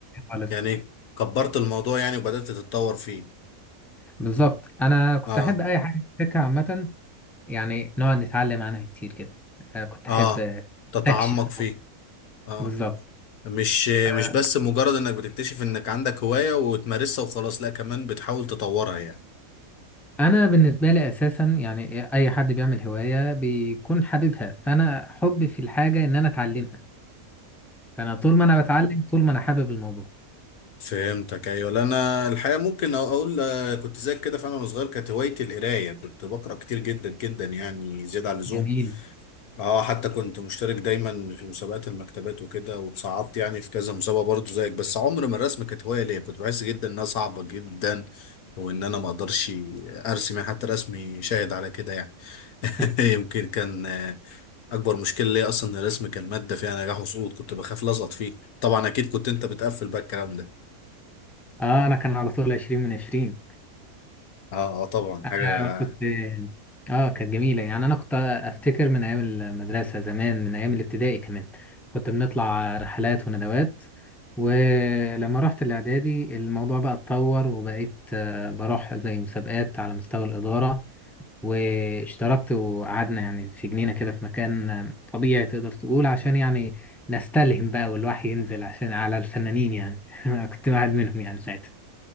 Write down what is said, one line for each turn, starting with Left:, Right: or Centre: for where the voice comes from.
Centre: خالص
Left: يعني كبرت الموضوع يعني وبدات تتطور فيه
Centre: بالظبط أنا كنت
Left: اه
Centre: أحب أي حاجة في السكة عامة يعني نقعد نتعلم عنها كتير كده آه كنت أحب
Left: اه
Centre: آه،
Left: تتعمق
Centre: أستكشف الأرض.
Left: فيه اه
Centre: بالظبط
Left: مش
Centre: آه،
Left: مش بس مجرد انك بتكتشف انك عندك هوايه وتمارسها وخلاص لا كمان بتحاول تطورها يعني
Centre: أنا بالنسبة لي أساسا يعني أي حد بيعمل هواية بيكون حاببها فأنا حبي في الحاجة إن أنا أتعلمها فانا طول ما انا بتعلم طول ما انا حابب الموضوع
Left: فهمتك ايوه لا انا الحقيقه ممكن أ- اقول آه، كنت زيك كده فانا وانا صغير كانت هوايتي القرايه كنت بقرا كتير جدا جدا يعني زياده عن اللزوم
Centre: جميل
Left: اه حتى كنت مشترك دايما في مسابقات المكتبات وكده وتصعدت يعني في كذا مسابقه برضه زيك بس عمر ما الرسم كانت هوايه ليا كنت بحس جدا انها صعبه جدا وان انا ما اقدرش ارسم يعني حتى رسمي شاهد على كده يعني
Centre: <laughs>
Left: <laughs> يمكن كان آه، اكبر مشكله ليا اصلا ان الرسم كان ماده فيها نجاح وسقوط كنت بخاف لازقط فيه طبعا اكيد كنت انت بتقفل بقى الكلام ده
Centre: اه انا كان على طول 20 من 20
Left: اه آه، طبعا
Centre: انا
Left: حاجة
Centre: كنت اه كانت جميله يعني انا كنت افتكر من ايام المدرسه زمان من ايام الابتدائي كمان كنت بنطلع رحلات وندوات ولما رحت الاعدادي الموضوع بقى اتطور وبقيت آه، بروح زي مسابقات على مستوى الاداره واشتركت وقعدنا يعني في جنينة كده في مكان طبيعي تقدر تقول عشان يعني نستلهم بقى والوحي ينزل عشان على الفنانين يعني <laughs> أنا كنت واحد منهم يعني ساعتها